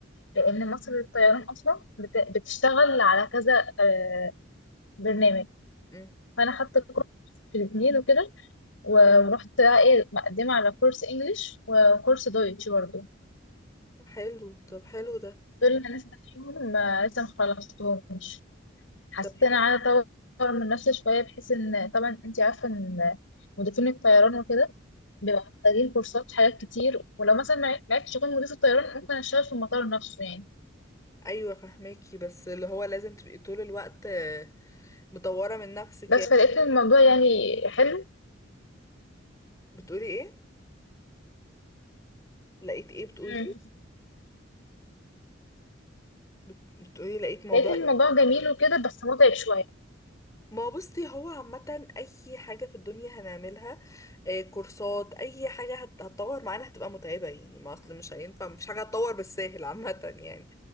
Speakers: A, on the left (about 90°); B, on the left (about 15°).
A: لان مصر للطيران اصلا بت- بتشتغل على كذا آه، برنامج
B: أمم.
A: فانا خدت كورس في الاثنين وكده و- ورحت بقى ايه مقدمه على كورس انجليش وكورس دويتش برضو
B: حلو طب حلو ده
A: دول انا لسه فيهم آه، لسه مخلصتهم حسيت
B: طب حلو.
A: ان انا عايزه اطور من نفسي شويه بحيث ان طبعا انت عارفه ان مضيفين الطيران وكده بيبقى محتاجين كورسات في حاجات كتير ولو مثلا ما عرفتش اكون مضيف الطيران ممكن اشتغل في المطار نفسه يعني
B: ايوه فهماكي بس اللي هو لازم تبقي طول الوقت آه، مطورة من نفسك
A: بس
B: يعني
A: فلقيت الموضوع يعني حلو
B: بتقولي ايه لقيت ايه بتقولي
A: مم.
B: بت- بتقولي لقيت موضوع
A: لقيت الموضوع جميل وكده بس متعب شويه
B: ما هو بصي هو عامة أي حاجة في الدنيا هنعملها آه، كورسات أي حاجة هت- هتطور معانا هتبقى متعبة يعني ما أصل مش هينفع مفيش حاجة هتطور بالساهل عامة يعني